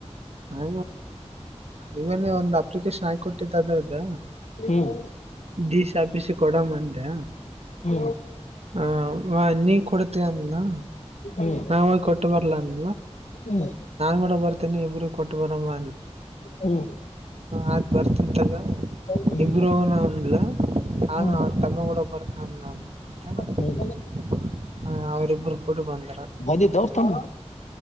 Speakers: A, on the right (about 65°); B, on the left (about 80°).
A: ಹಾ ಇವನ್ನೇ ಒಂದು ಅಪ್ಲಿಕೇಶನ್ ಹಾಕಿ ಕೊಟ್ಟಿದ್ದ ಅದ್ರದ್ದ.
B: ಹ್ಮ್
A: ಡಿಸಿ ಆಫೀಸಗೆ ಕೊಡಮ್ಮಂದೆ.
B: ಹ್ಮ್
A: ಹ ನೀ ಕೊಡ್ತೀಯಾ ಅಂದ್ಲು
B: ಹ್ಮ್
A: ನಾವ ಹೋಗಿ ಕೊಟ್ಟು ಬರ್ಲ ಅಂ ನಾನ್
B: ಹ್ಮ್
A: ಮಾಡಡ ಬರ್ತೇನೆ ಇಬ್ರ ಕೊಟ್ಟು ಬರಮ್ಮ
B: ಹ್ಮ್
A: ಆದ ಬರ್ತನ್ ತಗ
B: ಹ್ಮ್
A: ಇಬರು ಹೋಗೋಣ ಅಂದ್ಲು. ಆಮೇ
B: ಹ್ಮ್
A: ಅವ್ರ ತಮ್ಮ ಕೂಡ ಬರ್ತನಂದ ಅಂತ. <unintelligible>
B: ಹ್ಮ್
A: ಹ ಅವ್ರಿಬ್ಬರು ಕೂಡಿ ಬಂದ್ರು.
B: ಬಂದಿದ್ದೋ ತಮ್ಮ